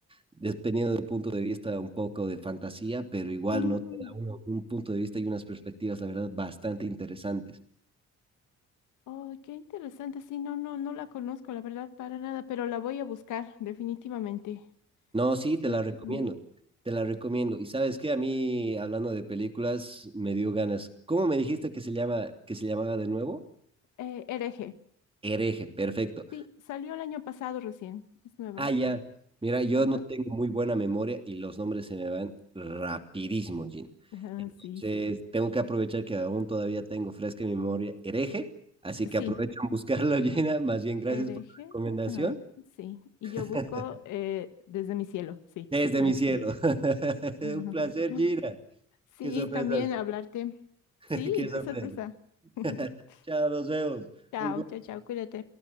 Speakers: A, on the right; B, on the left.
A: dependiendo del punto de vista, un poco de fantasía, pero igual,
B: mm,
A: ¿no? Te da uno- un punto de vista y unas perspectivas, la verdad, bastante interesantes.
B: Oh, qué interesante. Sí, no, no, no la conozco, la verdad, para nada, pero la voy a buscar, definitivamente.
A: No, sí, te
B: Sí,
A: la recomiendo,
B: sí me-
A: te la recomiendo. Y sabes qué, a mí, hablando de películas, me dio ganas. ¿Cómo me dijiste que se llama, que se llamaba de nuevo?
B: eh, hereje.
A: Hereje, perfecto.
B: Sí, salió el año pasado recién. Es nueva.
A: Ah, ya. Mira, yo
B: Ajá.
A: no tengo muy buena memoria y los nombres se me van rapidísimo, Gina.
B: ajá,
A: Entonces,
B: sí.
A: tengo que aprovechar que aún todavía tengo fresca en mi memoria Hereje, así
B: Sí,
A: que aprovecho en buscarlo, <laughs> Gina. Más bien, gracias
B: hereje.
A: por la recomendación.
B: Ajá, sí. Y
A: <laughs>
B: yo busco eh, desde mi cielo, sí.
A: Desde
B: <laughs>
A: mi cielo. <laughs>
B: <laughs>
A: Un placer, Gina.
B: Sí,
A: Qué sorpresa,
B: también hablarte.
A: <laughs>
B: Sí,
A: qué sorpresa.
B: qué sorpresa.
A: <laughs>
B: <laughs>
A: Chao, nos vemos.
B: Chao,
A: Un gusto.
B: chao, chao, cuídate.